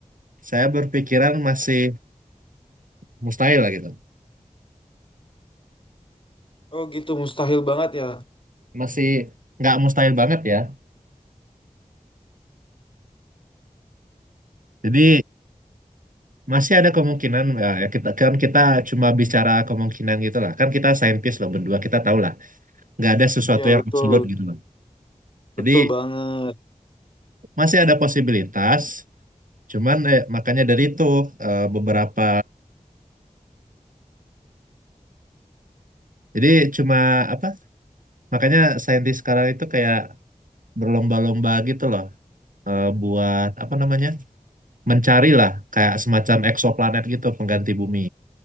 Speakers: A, on the right (about 75°); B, on the left (about 40°).
A: saya berpikiran masih mustahil lah gitu.
B: Oh gitu mustahil banget ya.
A: Masih nggak mustahil banget ya. Jadi masih ada kemungkinan ya ya kita kan kita cuma bicara kemungkinan gitu lah. Kan kita saintis loh berdua, kita tahu lah nggak ada sesuatu
B: Iya
A: yang
B: betul.
A: absolut gitu loh.
B: Betul
A: Jadi
B: banget.
A: masih ada posibilitas, cuman eh, makanya dari itu eh, beberapa jadi cuma apa Makanya saintis sekarang itu kayak berlomba-lomba gitu loh eh, buat apa namanya mencari lah kayak semacam eksoplanet gitu pengganti bumi.